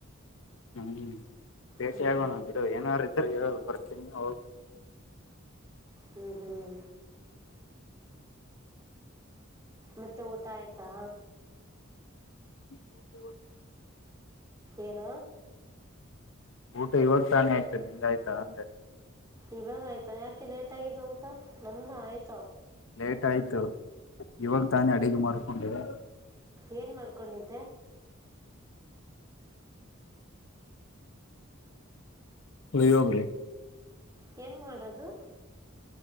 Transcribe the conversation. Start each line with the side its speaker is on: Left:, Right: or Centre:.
Left: ಹ್ಮ ಸೇಷಿ
Right: ಹ್ಞೂ
Left: ಆಗೋಣ ಬಿಡು ಏನ ಸರಿ ಬರ್ತೀನಿ ಹ
Right: ಹ್ಮ್ ಹ್ಮ್ ಮತ್ತೆ ಊಟ ಆಯ್ತಾ
Left: ಹ್ಮ್ ಉಟೆ ಬತ
Right: ಏನು
Left: ಊಟ ಇವಾಗ ತಾನೇ ಆಯ್ತು ನಿಂದಾಯ್ತಾ ಅಂದೆ
Right: ಇವಾಗ ಆಯ್ತಾ ಯಾಕೆ ಲೇಟ್ ಆಗಿದ್ದ ಊಟ ನಮ್ದ ಆಯ್ತ
Left: ಲೇಟ್ ಆಯ್ತು ಇವಾಗ ತಾನೇ ಅಡಿಗೆ ಮಾರಕೊಂಡಿದೆ
Right: ಏನ್ ಮಾಡ್ಕೊಂಡಿದ್ದೆ
Left: ಪ್ರಯೋಗರೆ
Right: ಹೆಂಗ್ ಮಾಡದು